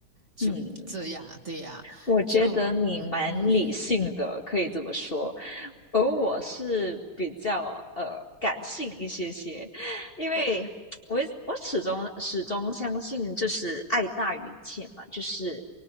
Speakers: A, on the right (about 35°); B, on the left (about 25°).
A: 就这样啊，
B: 嗯，
A: 对呀、啊就嗯嗯
B: 我觉得你蛮理性的，可以这么说。而我是比较呃感性一些些，因为我一我始终始终相信就是爱大于一切嘛，就是